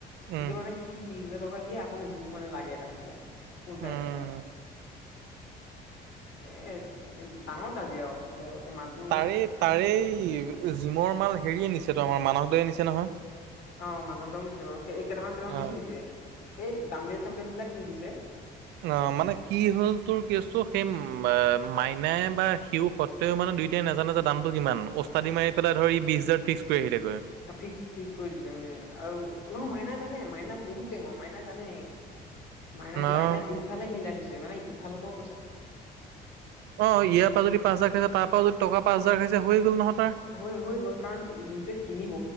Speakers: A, on the right; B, on the left.
A: উম
B: এতিয়া মানে সি বিশ হাজাৰ টকা দিয়ে, আকৌ মেচিনটো মানে, লাগে তাক এতিয়া। উল্টাই
A: উমম।
B: এ <unintelligible> ডাঙৰ কাজিযা আও, তেতিয়া আৰু মাত বোত
A: তাৰে, তাৰেই জিমৰ, মাল হেৰিয়ে নিছে ত, আমাৰ মানস দাই নিছে নহয়।
B: অ, মানস দা দিছে, বাৰু কেইটামান, কেইটামান বেছি
A: অ
B: দিছে, এই দাম্বেল চামবেলবিলাক টি দিছে?
A: অ, মানে কি হল, তোৰ কেচটো সেইম বা মাইন নাই বা সিও, সত্ৰেও মানে দুইটাই নাজানে যে, দামটো কিমান, ওস্তাদি মাৰি পেলাই ধৰ ই, বিছ হাজাৰ ফিক্স কৰি আহিলেগৈ। অ',
B: ফিক্স, ফিক্স কৰি দিলে, মানে আৰু নহয় মাইনা জানে, মাইনা বহুত টেঙৰ, মাইনা জানে মাইনা, মাইনাৰ
A: অ',
B: দুইফালে মিলাই, থৈছে মানে ইফালৰ পাও
A: অ, ইয়াৰ পৰা যদি পাঁচ হাজাৰ খাইছে, তাৰ পৰা যদি টকা পাঁচ হাজাৰ খাইছে, হৈ গ'ল নহয় তাৰ।
B: হৈ হৈ, গ'ল কাৰণ যোনটোৱে কিনিব,